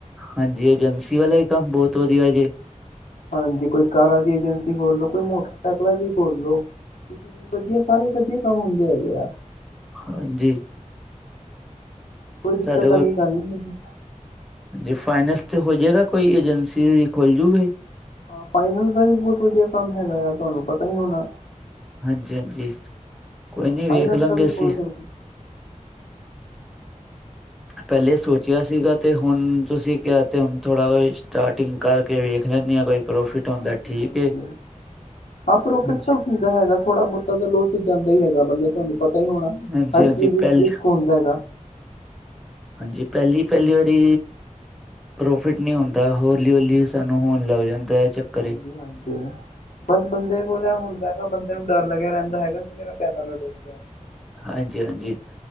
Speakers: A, in the centre; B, on the left (about 75°).
A: ਹਾਂਜੀ ਏਜੰਸੀ ਵਾਲਾ ਵੀ ਕੰਮ ਬਹੁਤ ਵਧੀਆ ਜੇ।
B: ਹਾਂਜੀ ਕੋਈ ਕਾਰਾਂ ਦੀ ਏਜੰਸੀ ਖੋਲਲੋ, ਕੋਈ ਮੋਟਰਸਾਈਕਲਾਂ ਦੀ ਖੋਲੋਲੋ। ਵਧੀਆ ਸਾਰੇ ਵਧੀਆ ਕੰਮ ਹੁੰਦੇ ਹੈਗੇ ਆ।
A: ਹਾਂਜੀ।
B: ਕੋਈ ਦਿੱਕਤ
A: ਸਾਡੇ ਕੋਲ
B: ਵਾਲੀ ਗੱਲ ਨਹੀਂ ਹੈਗੀ।
A: ਜੀ ਫਾਈਨੈਂਸ ਤੇ ਹੋ ਜੇਗਾ ਕੋਈ ਏਜੰਸੀ ਖੁੱਲ ਜੂਗੀ।
B: ਹਾ ਫਾਈਨੈਂਸ ਦਾ ਵੀ ਬਹੁਤ ਵਧੀਆ ਕੰਮ ਹੈਗਾ ਆ ਤੁਹਾਨੂੰ ਪਤਾ ਹੀ ਹੋਣਾ।
A: ਹਾਂਜੀ ਹਾਂਜੀ ਕੋਈ
B: ਹਾਂ
A: ਨੀ
B: ਫਾਈਨੈਂਸ
A: ਵੇਖ ਲਾਂਗੇ
B: ਦਾ ਵੀ
A: ਅਸੀਂ।
B: ਖੋਲ ਸਕਦੇ
A: ਪਹਿਲੇ ਸੋਚਿਆ ਸੀਗਾ ਤੇ ਹੁਣ ਤੁਸੀਂ ਕਿਹਾ ਤੇ ਹੁਣ ਥੋੜਾ ਸਟਾਰਟਿੰਗ ਕਰਕੇ ਵੇਖ ਲੈਂਨੇ ਹਾਂ ਕੋਈ ਪ੍ਰੋਫਿਟ ਹੁੰਦਾ
B: ਹਾਂਜੀ
A: ਠੀਕ
B: ਹਾਂਜੀ
A: ਏ
B: ਹਾਂ ਪ੍ਰੋਫਿਟ
A: ਹਾਂਜੀ
B: ਤਾਂ ਹੁੰਦਾ ਹੈਗਾ ਥੋੜ੍ਹਾ ਬਹੁਤਾ ਤਾ ਜਾਂਦਾ ਹੀ ਹੈਗਾ ਤੁਹਾਨੂੰ ਪਤਾ ਹੀ ਹੋਣਾ
A: ਹਾਂਜੀ
B: ਹਰ
A: ਹਾਂਜੀ
B: ਚੀਜ਼
A: ਪਹਿਲ
B: ਡਿਸਕ ਹੁੰਦਾ ਹੈਗਾ
A: ਹਾਂਜੀ ਪਹਿਲੀ ਪਹਿਲੀ ਵਾਰੀ ਪ੍ਰੋਫਿਟ ਨਹੀਂ ਹੁੰਦਾ ਹੌਲੀ ਹੌਲੀ ਸਾਨੂੰ ਹੋਣ ਲੱਗ ਜਾਂਦਾ ਹੈ ਚੱਕਰ
B: ਹਾਂਜੀ
A: ਹੀ
B: ਹਾਂਜੀ ਬਸ ਬੰਦੇ ਕੋਲ ਇਹ ਹੁੰਦਾ ਹੈਗਾ ਬੰਦੇ ਨੂੰ ਡਰ ਲੱਗਿਆ ਰਹਿੰਦਾ ਹੈਗਾ ਕਿ ਮੇਰਾ ਪੈਸਾ ਨਾ ਡੁਬ ਜਾਏ
A: ਹਾਂਜੀ ਹਾਂਜੀ